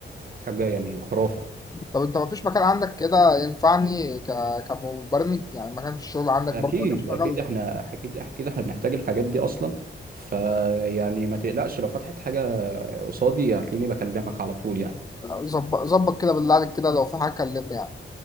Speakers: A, on the right; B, on the left.
A: حاجه يعني خرافه
B: طب انت ما فيش مكان عندك كده ينفعني ك... كمبرمج يعني مكان في الشغل عندك
A: اكيد
B: برضه اجي اشتغل
A: اكيد
B: جنب-
A: احنا اكيد اكيد احنا بنحتاج الحاجات دي اصلا فيعني ما تقلقش لو فتحت حاجه قصادي هتلاقيني بكلمك على طول يعني
B: ظبط ظبط كده بالله عليك كده لو في حاجه كلمني يعني